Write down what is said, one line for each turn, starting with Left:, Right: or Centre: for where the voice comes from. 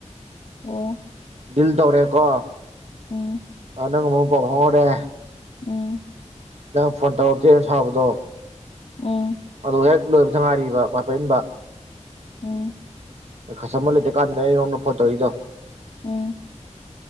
Left: ꯑꯣ
Right: ꯗꯤꯜ ꯇꯧꯔꯦꯀꯣ
Left: ꯎꯝ
Right: ꯟꯅ ꯃ ꯄ ꯐꯔꯦ
Left: ꯎꯝ
Right: ꯅꯪ ꯐꯣꯟꯇꯧꯔꯛꯇꯦꯅ ꯁꯥꯎꯕꯗꯣ
Left: ꯎꯝ
Right: ꯑꯗꯨ ꯍꯦꯛ ꯂꯣꯏꯕꯗ ꯉꯥꯏꯔꯤꯕ ꯄ <unintelligible> ꯏꯟꯕ
Left: ꯎꯝ
Right: ꯀꯁꯇꯃꯔ ꯂꯩꯇ꯭ꯔꯤ ꯀꯥꯟꯗꯅꯤ ꯑꯩꯉꯣꯟꯗ ꯐꯣꯟ ꯇꯧꯔꯛꯢꯗꯨ
Left: ꯎꯝ